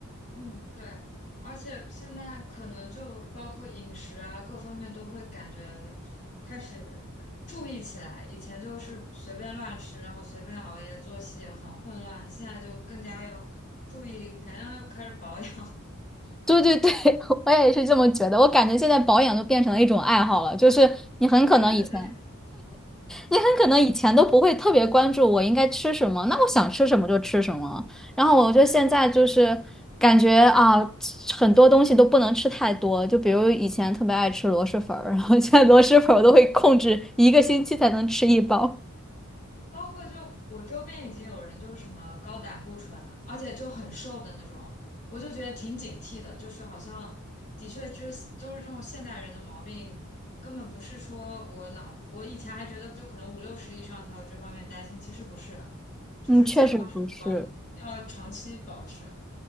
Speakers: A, on the left; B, in the centre.
A: 嗯，对，而且现在可能就包括饮食啊，各方面都会感觉开始注意起来。以前就是随便乱吃，然后随便熬夜，作息也很混乱，现在就更加要注意，感觉要开始保养。<laughs>
B: 对对对，<laughs> 我也是这么觉得。我感觉现在保养都变成了一种爱好了，就是你很可能以前。
A: 哎，对对对。
B: 你很可能以前都不会特别关注我应该吃什么，那我想吃什么就吃什么。然后我觉得现在就是感觉啊，很多东西都不能吃太多，就比如以前特别爱吃螺蛳粉儿，然后现在螺蛳粉儿我都会控制一个星期才能吃一包。
A: 包括就我周边已经有人就是什么高胆固醇，而且就很瘦的那种，我就觉得挺警惕的，就是好像的确就是都是这种现代人的毛病，根本不是说我脑，我以前还觉得就可能五六十以上才有这方面担心，其实不是，就是健康生活要长期保持。
B: 嗯，确实不是。